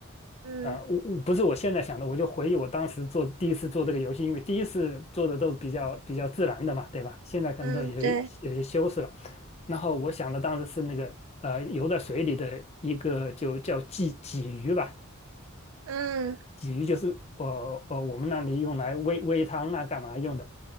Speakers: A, on the right; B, on the left.
A: 嗯
B: 呃，我我不是我现在想的，我就回忆我当时做第一次做这个游戏，因为第一次做的都比较比较自然的嘛，对吧？现在可能都有些有些修饰了。
A: 嗯，对，
B: 然后我想的当时是那个呃游在水里的一个就叫鲫鲫鱼吧，
A: 嗯
B: 鲫鱼就是我呃我们那里用来煨煨汤啊干嘛用的。